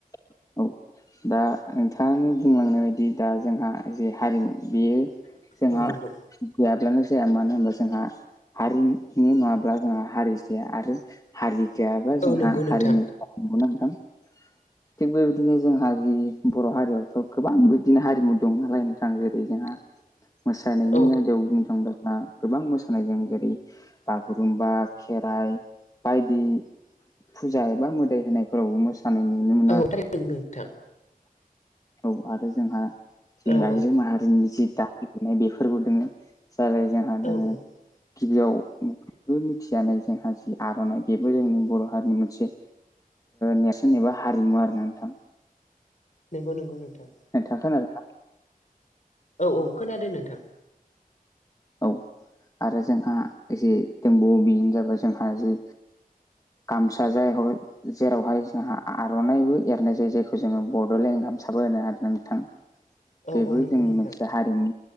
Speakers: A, on the left; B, on the left.
A: <unintelligible> दा नोंथांङानो बुंलांनाय बायदि दा जोंहा जे हारिमु बेयो जोंहा
B: औ नंगौ
A: गैयाब्लानो जाया मानो होनबा जोंहा हारिमु नंङाब्ला जोंहा हारि जाया आरो हारि गैयाबा
B: औ
A: जोंहा
B: नंगौ नोंथां
A: हारिमु <unintelligible> नंगौ ना नोंथां थिग बेबायदिनो जोंहा जि बर' हारियावथ' गोबां बिबदिनो हारिमु दंनालाय नोंथां जेरै जोंहा
B: <inaudible>
A: मोसानायनि
B: औ
A: आयदायाव बुंनो थांङोब्ला गोबां मोसानाय जों जेरै बागुरुम्बा खेराइ बायदि फुजा एबा मोदाय होनायफोरावबो मोसानाय नुनो मोनो।
B: औ थारैनो नोंथां
A: औ आरो जोंहा जि
B: औ
A: आइजो
B: औ
A: माहारिनि जि दानाय लुनाय बेफोरबो दोंङो जालाय जोंहा
B: औ
A: दोंङो
B: औ
A: गिबियाव बयजोंबो मिथिजानाय जोंहा जि आर'नाइ बेबो जोंनि बर' हारिनि मोनसे नेरसोन एबा हारिमु आरो ना नोंथां
B: नंगौ नंगौ नोंथां
A: नोंथां खोनादों ना
B: औ औ खोनादों नोंथां
A: औ आरो जोंहा एसे दंबावो बेनो जाबाय जोंहा जे गामसा जाय हय जेरावहाय जोंहा आर'नाइबो एरनाय जायो जायखौ जोंङो बड'लेण्ड गामसाबो होनो आरो ना नोंथां
B: <inaudible>
A: बेबो
B: नंगौ
A: जोंनि
B: नोंथां
A: मोनसे हारिमु